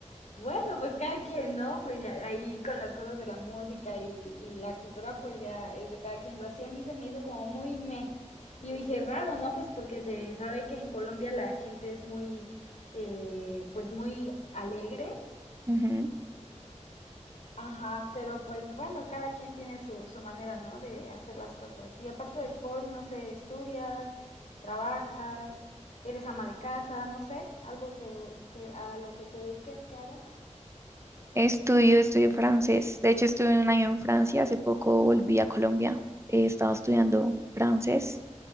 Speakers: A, on the left; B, on the right.
A: Bueno, pues cada quien, ¿no? Pues ya ahí con las cosas de la música y, y la cultura, pues ya es de cada quien. Pero sí a mí se me hizo como muy meh. Y yo dije, raro, ¿no? Pues porque se sabe que en Colombia la gente es muy, eh, pues muy alegre.
B: Ujú.
A: Ajá, pero pues bueno, cada quien tiene su, su manera, ¿no? De hacer las cosas. Y aparte del pol, no sé, estudias, trabajas, eres ama de casa, no sé, algo que, que a lo que te dediques que hagas.
B: Estudio, estudio francés. De hecho, estuve un año en Francia, hace poco volví a Colombia. Eh, estaba estudiando francés